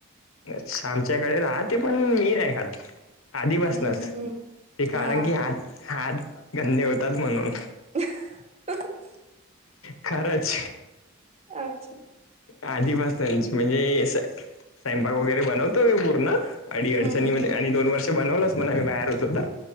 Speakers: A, on the left; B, on the right.
A: च आमच्याकडे राहते पण मी नाही खात आधी
B: हम्म
A: बसनस
B: हम्म हम्म
A: ते कारण
B: हा
A: की हात हात गंदे होतात म्हणून
B: <unintelligible>
A: खरांच
B: अच्छा
A: आधीपासनाची म्हणजे स्वयंपाक वगैरे बनवतो मी पूर्ण अडी अडचणीमध्ये
B: हम्म हम्म हम्म
A: आणि दोन वर्ष बनवलंच म्हणा आम्ही बाहेर होतोत